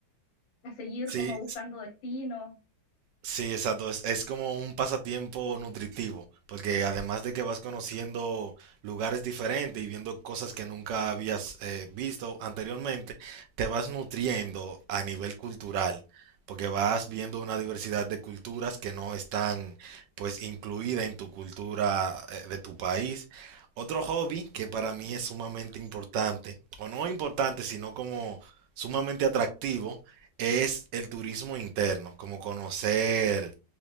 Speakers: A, on the left; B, on the right.
A: a seguir
B: Sí,
A: como buscando destinos.
B: Sí, exacto. Es, es como un pasatiempo nutritivo, porque además de que vas conociendo lugares diferentes y viendo cosas que nunca habías eh, visto anteriormente, te vas nutriendo a nivel cultural, porque vas viendo una diversidad de culturas que no están pues incluida en tu cultura eh, de tu país. Otro hobby que para mí es sumamente importante, o no importante, sino como sumamente atractivo, es el turismo interno, como conocer,